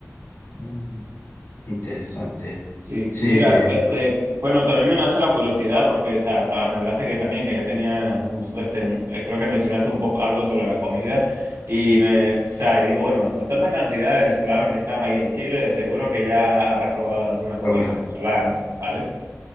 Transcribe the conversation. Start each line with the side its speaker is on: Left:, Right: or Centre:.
Left: Mm, Interesante.
Right: Sí,
Left: Sí,
Right: mira,
Left: eh,
Right: este, bueno, también me nace la curiosidad porque, o sea, ta- me hablaste que también que ya tenía, un- este, un- eh, creo que mencionaste un poco algo sobre la comida y me, o sea,
Left: sí,
Right: y digo, bueno, con tanta cantidad de venezolanos que están ahí en Chile, de seguro que ya habrás probado alguna comida
Left: probará.
Right: venezolana, ¿vale?